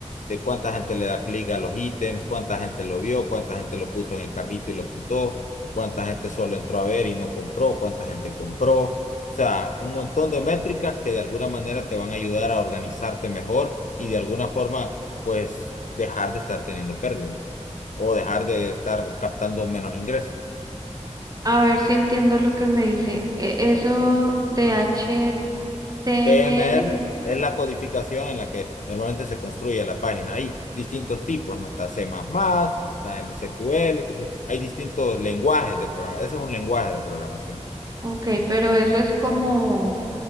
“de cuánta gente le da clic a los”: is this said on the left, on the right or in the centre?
Left